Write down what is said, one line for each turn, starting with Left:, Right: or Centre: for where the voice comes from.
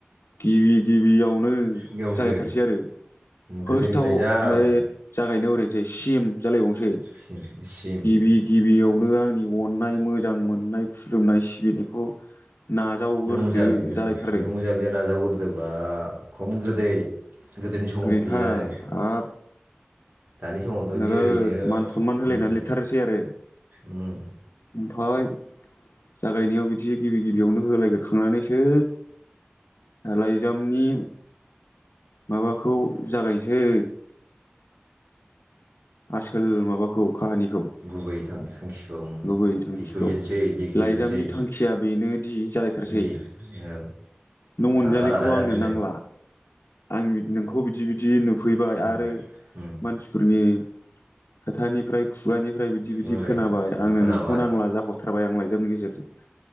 Left: गिबि गिबियाव नो
Right: यावनो
Left: जालायथारसै आरो फार्स्टआव
Right: गोदोनि लाइजाम
Left: बे जागायनायाव ओरैहोनसै सिम जालायबावनोसै
Right: सिम सिम
Left: गिबि गिबियावनो आंनि अननाय मो मोजां मोननाय खुलुमनाय सिबिनायखौ नाजावग्रोदो
Right: नों अनजालि ओं
Left: जालायथारो
Right: नों अनजालिया नाजागोरदोबा, खम गोदै गोदोनि समाव
Left: गोदैथार
Right: बेयो आरो
Left: आब
Right: दानि समावथ'
Left: नोगोद
Right: बे ओरैनो
Left: मान सनमान होलायनानै
Right: उम
Left: लिरथारसैआरो
Right: उम
Left: फाय जागायनायाव बिदि गिबि गिबियावनो होलायग्रखांनानैसो लाइजामनि माबाखौ जागायनोसै आसोल माबाखौ काहानिखौ
Right: गुबै थांखिखौ
Left: गुबै थांखिखौ
Right: बेखेवजेनसै बेखेवजेनसै
Left: लाइजामनि थांखिया बेनोदि जालायथारसै
Right: बिदि औ
Left: नों अनजालिखौ
Right: रागा रागा जादा
Left: आंनो नांला आं नोंखौ बिदि बिदि नुफैबाय
Right: उम
Left: आरो
Right: उम
Left: मानसिफोरनि खोथानिफ्राय खुगानि फ्राय बिदि बिदि
Right: बुंबाय
Left: खोनाबाय आंनो
Right: खोनाबाय
Left: नोंखौनो नांला जाहरथारबाय आंलाय गामि गेजेरजों